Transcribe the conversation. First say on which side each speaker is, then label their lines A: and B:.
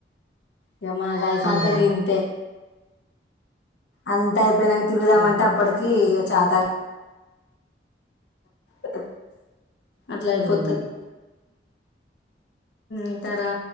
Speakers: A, on the left (about 85°); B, on the right (about 30°).
A: ఇగా మన లైఫ్
B: ఉమ్
A: అంత గింతే అంతా అయి పోయినంక తిరుగుదామ
B: అంతే
A: అంటే అప్పటికి
B: ఉంటది ఏం
A: చాతా గా ఆ అట్లా
B: చేస్తాం
A: అయిపోతది. ఇంకా రా